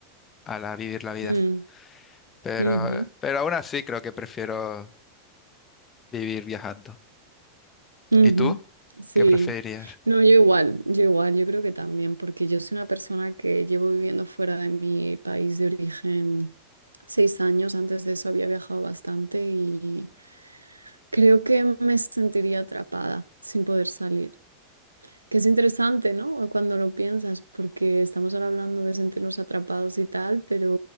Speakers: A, on the left; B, on the right.
A: ala, a vivir la vida.
B: mm,
A: Pero,
B: ujú.
A: pero aún así creo que prefiero vivir viajando.
B: Ujú,
A: ¿Y tú?
B: Sí,
A: ¿Qué preferirías?
B: no, yo igual, yo igual, yo creo que también, porque yo soy una persona que llevo viviendo fuera de mi país de origen seis años, antes de eso había viajado bastante y creo que me sentiría atrapada sin poder salir, que es interesante, ¿no? Cuando lo piensas, porque estamos ahora hablando de sentirnos atrapados y tal, pero